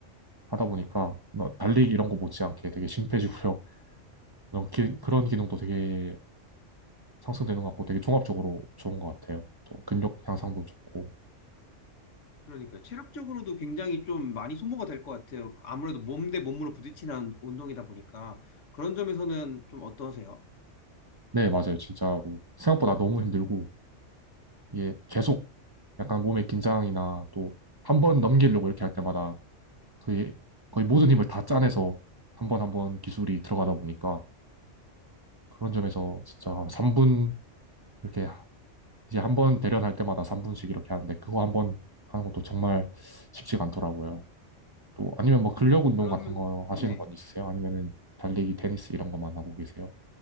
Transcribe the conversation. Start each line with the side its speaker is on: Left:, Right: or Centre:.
Right: 하다 보니까 뭐 달리기 이런 거 못지않게 되게 심폐지구력 <laughs> 이런 기- 그런 기능도 되게 상승되는 것 같고 되게 종합적으로 좋은 것 같아요. 또 근력 향상도 좋고.
Left: 그러니까 체력적으로도 굉장히 좀 많이 소모가 될 것 같아요. 아무래도 몸대 몸으로 부딪히는 운동이다 보니까 그런 점에서는 좀 어떠세요?
Right: 네, 맞아요. 진짜로 생각보다 너무 힘들고 이게 계속 약간 몸의 긴장이나 또 한 번 넘기려고 이렇게 할 때마다 그 거의 모든 힘을 다 짜내서 한 번 한 번 기술이 들어가다 보니까 그런 점에서 진짜 3분 이렇게 이제 한 번 대련할 때마다 3분씩 이렇게 하는데 그거 한 번 하는 것도 정말 쉽지가 않더라고요. 또 아니면 뭐 근력 운동
Left: 그러면
Right: 같은 거 하시는
Left: 네.
Right: 건 있으세요? 아니면은 달리기, 테니스 이런 것만 하고 계세요?